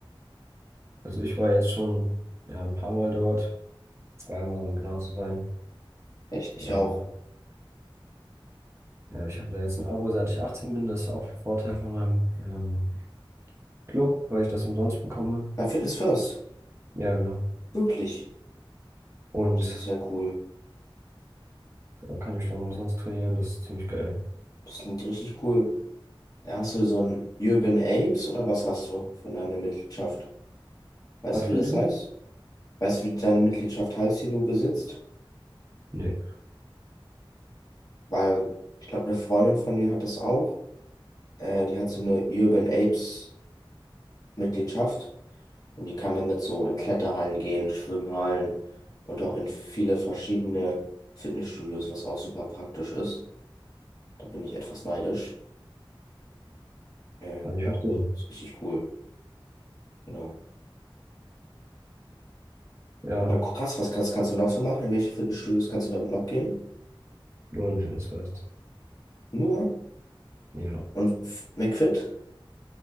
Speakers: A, on the right; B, on the left.
A: Also ich war jetzt schon ja, ein paar Mal dort. Zweimal, um genau zu sein.
B: echt, ich
A: Ähm,
B: auch.
A: ja, ich habe da jetzt ein Abo, seit ich 18 bin. Das ist auch ein Vorteil von meinem ähm, Club, weil ich das umsonst bekomme.
B: Bei Fitness First.
A: Ja, genau.
B: Wirklich.
A: Und
B: Das ist ja cool.
A: da kann ich dann umsonst trainieren. Das ist ziemlich geil.
B: Das klingt richtig cool. Ja, Hast du so ein Urban Apes oder was hast du für deine Mitgliedschaft? Weißt
A: Was
B: du,
A: für
B: wie das
A: ein Ding?
B: heißt? Weißt du, wie deine Mitgliedschaft heißt, die du besitzt?
A: Nee,
B: Weil ich glaube, eine Freundin von mir hat das auch. Äh, die hat so eine Urban Apes Mitgliedschaft und die kann damit so in Kletterhallen gehen, Schwimmhallen und auch in viele verschiedene Fitnessstudios, was auch super praktisch ist. Da bin ich etwas neidisch. Ähm,
A: kann ich
B: ja,
A: verstehen.
B: ist richtig cool. Genau.
A: Ja,
B: Aber krass, was kannst, kannst du noch so machen? In welche Fitnessstudios kannst du damit noch gehen?
A: nur ein Fitnessfest.
B: Nur?
A: Ja.
B: Und F- McFit?